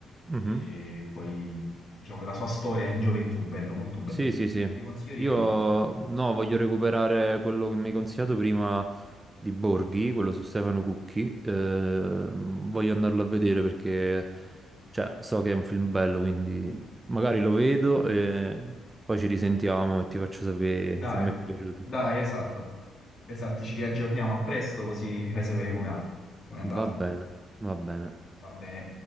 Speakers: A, on the right (about 20°); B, on the left (about 50°).
A: Mhm.
B: che poi, diciamo, della sua storia in gioventù, bello, molto bello.
A: Sì, sì, sì.
B: Ti consiglio di
A: Io
B: vederlo.
A: no, voglio recuperare quello che mi hai consigliato prima di Borghi, quello su Stefano Cucchi. Ehm, voglio andarlo a vedere perché cioè, so che è un film bello, quindi magari lo vedo e poi ci risentiamo e ti faccio sapere
B: Dai,
A: se mi è piaciuto.
B: dai, esatto. Esatto, ci riaggiorniamo a presto, così mi fai sapere come com'è com'è andato.
A: Va bene, va bene.
B: Va bene.